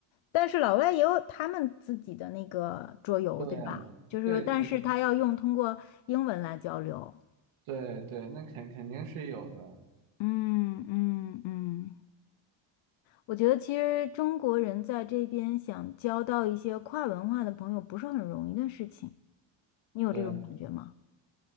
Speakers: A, on the left; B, on the right.
A: 但是老外也有他们自己的那个桌游，
B: 对对
A: 对吧？就是说，但是他要用通过英文来交流。
B: 对对，那肯肯定是有的。
A: 嗯嗯嗯，我觉得其实中国人在这边想交到一些跨文化的朋友不是很容易的事情，你有这种感觉吗？
B: 对